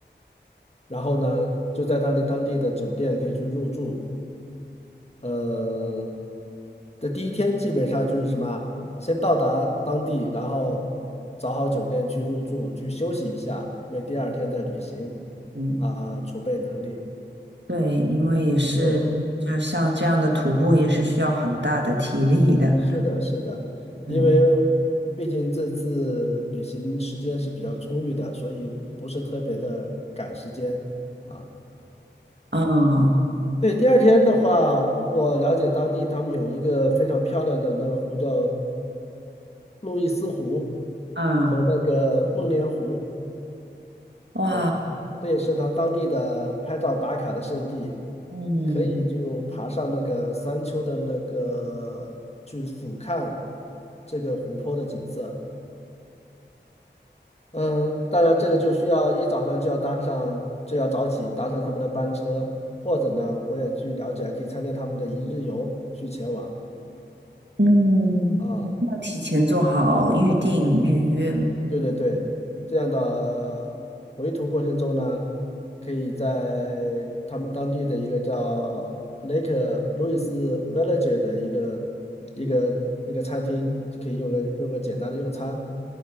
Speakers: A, on the left; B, on the right.
A: 然后呢，就在那里当地的酒店可以去入住。呃，的第一天基本上就是什么，先到达当地，然后找好酒店去入住，去休息一下，为第二天的旅行
B: 嗯，
A: 啊，储备能力。
B: 对，因为也是，
A: 对，
B: 就像这样的徒步也是需要很大的体力的。
A: 是的，是的，
B: 嗯，
A: 因为毕竟这次旅行时间是比较充裕的，所以不是特别的赶时间啊。
B: 啊
A: 对，第二天的话，我了解当地他们有一个非常漂亮的那个湖叫路易斯湖
B: 啊，
A: 和那个梦莲湖
B: 哇，
A: 啊，这也是他当地的拍照打卡的圣地，
B: 嗯
A: 可以就爬上那个山丘的那个去俯瞰这个湖泊的景色。嗯，当然这个就需要一早上就要搭上，就要早起搭上他们的班车，或者呢，我也去了解，可以参加他们的一日游去前往
B: 嗯。
A: 啊。
B: 提前做好预定预约。
A: 对对对，这样的回途过程中呢，可以在他们当地的一个叫 Lake l o u i s Village 的一个一个一个餐厅，可以用个用个简单的用餐。